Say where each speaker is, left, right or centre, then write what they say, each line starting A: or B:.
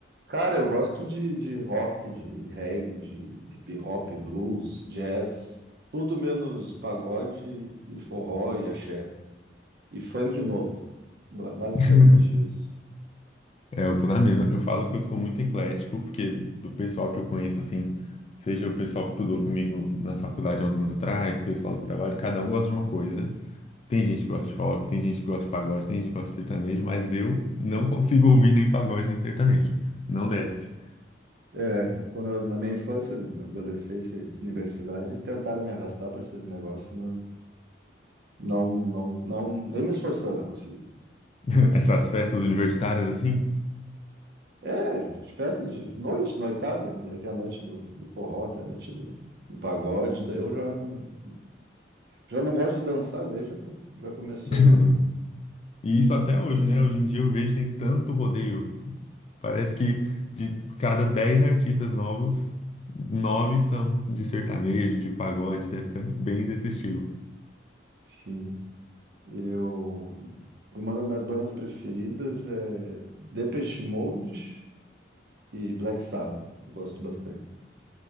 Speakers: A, on the right; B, on the left.
A: Cara, eu gosto de, de rock, de reggae, de hip hop, blues, jazz, tudo menos pagode e forró e axé e funk novo. Ba- Basicamente
B: <laughs>
A: isso.
B: É, eu tô na mesma. Eu falo que eu sou muito eclético, porque do pessoal que eu conheço, assim, seja o pessoal que estudou comigo na faculdade há uns anos atrás, pessoal do trabalho, cada um gosta de uma coisa. Tem gente que gosta de rock, tem gente que gosta de pagode, tem gente que gosta de sertanejo, mas eu não consigo ouvir nem pagode nem sertanejo. Não desce.
A: É, quando eu- na minha infância, na adolescência, e universidade, tentaram me arrastar para esses negócios, mas não, não, não, nem me esforçando eu consegui.
B: <laughs> Essas festas universitárias, assim.
A: É, de festa de noite, noitada, né? Daí tem a noite do, do forró, tem a noite do, do pagode, daí eu já não. Já não gosto de dançar, daí já, co- já começou
B: <laughs>
A: o programa.
B: E isso até hoje, né? Hoje em dia eu vejo tem tanto rodeio. Parece que de cada 10 artistas novos, nove são de sertanejo, de pagode, dessa, bem desse estilo.
A: Enfim, eu. E uma das minhas bandas preferidas é Depeche Mode e Black Sabbath. Eu Gosto bastante.